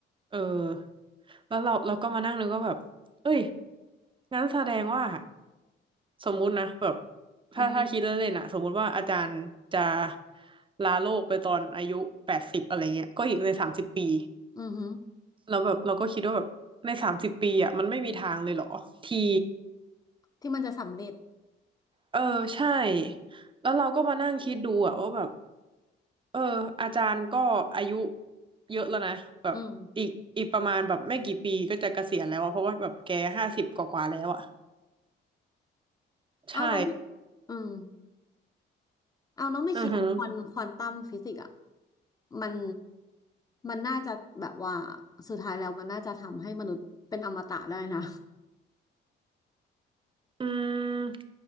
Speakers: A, on the right; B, on the left.
A: เออแล้วเราเราก็มานั่งนึกว่าแบบเอ้ยงั้นแสดงว่าสมมุตินะแบบถ้าถ้าคิดเล่นๆอะสมมุติว่าอาจารย์จะ
B: อือหือ
A: ลาโลกไปตอนอายุแปดสิบอะไรเงี้ยก็อีกในสามสิบปี
B: อือหือ
A: เราแล้วบบเราก็คิดว่าแบบในสามสิบปีอะมันไม่มีทางเลยเหรอที่
B: ที่มันจะสำเร็จ
A: เออใช่แล้วเราก็มานั่งคิดดูอะว่าแบบ เอออาจารย์ก็อายุเยอะแล้วนะแบบอีกอีกประมาณแบบไม่กี่ปีก็จะเกษียณแล้วอะเพราะว่าแบบแกห้าสิบกว่าๆแล้วอะ
B: อืมเอาเราไม่
A: ใช่
B: อืมเอาเราไม่คิดหรอกควอนควอนตัมฟิสิกส์อ่ะ
A: อือฮึอ
B: มันมันน่าจะแบบว่าสุดท้ายแล้วมันน่าจะทำให้มนุษย์เป็นอมตะได้นะ
A: ืม